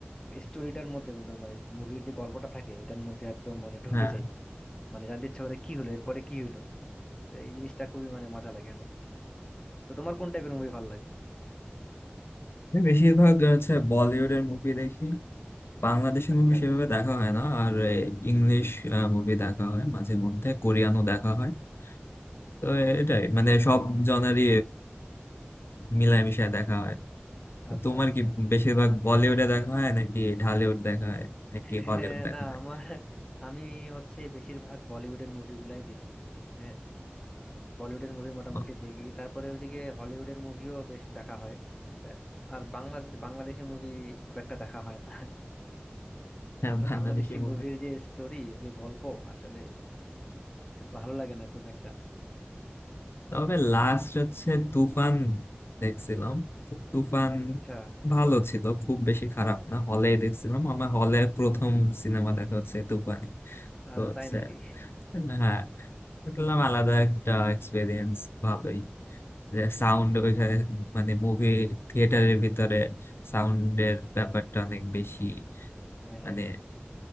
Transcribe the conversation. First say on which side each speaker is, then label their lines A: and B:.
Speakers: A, on the left; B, on the left.
A: স্টোরিটার মধ্যে বা- মানে মুভির যে গল্পটা থাকে এটার মধ্যে একদম মানে ঢুকে
B: হ্যাঁ
A: যাই মানে জানতে ইচ্ছা করে কি হলো এরপরে কি হলো তো এই জিনিসটা খুবই মানে মজা লাগে আমার তো তোমার কোন টাইপের মুভি ভালো লাগে
B: আমি বেশিরভাগ হচ্ছে বলিউডের মুভি দেখি বাংলাদেশি
A: আচ্ছা
B: মুভি সেভাবে দেখা হয় না আর ইংলিশ মুভি দেখা হয় মাঝে মধ্যে কোরিয়ানও দেখা হয় তো এটাই মানে সব জনারই মিলামিশায় দেখা হয় তো
A: আচ্ছা
B: তোমার
A: আচ্ছা
B: কি বেশিরভাগ বলিউডে দেখা হয় নাকি ঢালিউড দেখা হয় নাকি
A: হ্যাঁ
B: হলিউড দেখা
A: না
B: হয়
A: আমার আমি হচ্ছে বেশিরভাগ বলিউডের মুভিগুলাই দেখি হ্যাঁ বলিউডের মুভি মোটামুটি
B: ও,
A: দেখি তারপরে ওইদিকে হলিউডের মুভিও বেশ দেখা হয় বে- আর বাংলা বাংলাদেশি মুভি খুব একটা দেখা হয় না
B: হ্যাঁ
A: আর
B: বাংলাদেশি
A: বাংলাদেশি
B: মুভি
A: মুভির যে স্টোরি যে গল্প আসলে ভালো লাগে না খুব একটা
B: তবে লাস্ট হচ্ছে তুফান দেখছিলাম তো তুফান
A: আচ্ছা
B: ভালো ছিল খুব বেশি খারাপ না হলে দেখছিলাম আমার হলে প্রথম সিনেমা দেখা হচ্ছে তুফানি
A: আর
B: তো হচ্ছে
A: তাই নাকি
B: হ্যাঁ দেখলাম আলাদা একটা এক্সপিরিয়েন্স ভালোই যে সাউন্ড ওইখানে মানে মুভি থিয়েটারের ভিতরে সাউন্ডের ব্যাপারটা অনেক বেশি
A: হ্যাঁ
B: মানে
A: হ্যাঁ